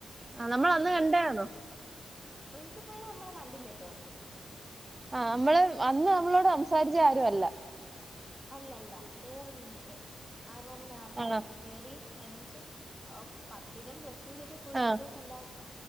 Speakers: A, on the right; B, in the centre.
A: ആ, നമ്മൾ
B: അവര്
A: അന്ന് കണ്ടാണോ
B: പ്രിൻസിപ്പളിനെ നമ്മള് കണ്ടില്ലല്ലോ അന്ന്
A: ആഹ്, നമ്മള് അന്ന് നമ്മളോട് സംസാരിച്ച ആരു അല്ല.
B: അല്ല അല്ല പേറൊരു മിസ്സ്, ആ റൂമിനകത്തായിരുന്നു.
A: ആണോ
B: കേറി എന്ന്‌ വെച്ച് ഓ പത്തിലും പ്ലസ് ടുലും ഒക്കെ ഫുൾ
A: ആ
B: എ പ്ലസ് ഉണ്ടാ